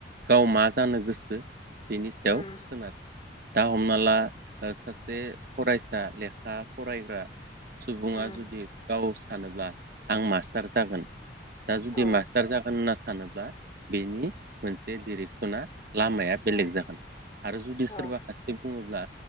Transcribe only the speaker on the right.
गाव मा जानो गोसो बेनि सायाव
सोनारो दा हमना ला बा सासे फरायसा लेखा फरायग्रा सुबुङा
जुदि गाव सानोब्ला आं मास्टार जागोन दा जुदि
मास्टार जागोन होनना सानोब्ला बेनि मोनसे डिरेक्सना लामाया बेलेग
जागोन आरो जुदि सोरबा
खाथि बुङोब्ला